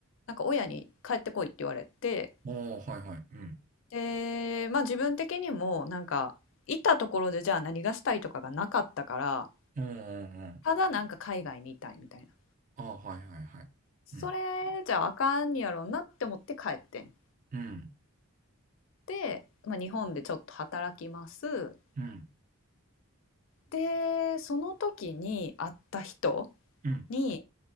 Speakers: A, on the left; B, on the right.
A: なんか親に帰ってこいって言われて、
B: ああー、はいはい、うん。
A: で、まあ自分的にもなんか、いたところでじゃあ何がしたいとかがなかったから、
B: うん、うん、うん。
A: ただなんか海外にいたいみたいな。
B: ああ、はいはいはい。
A: それじゃああかんやろうなって思って帰ってん。
B: うん、うん、
A: って、まあ、日本でちょっと働きます
B: うん、
A: でその時に会った人
B: うん。
A: に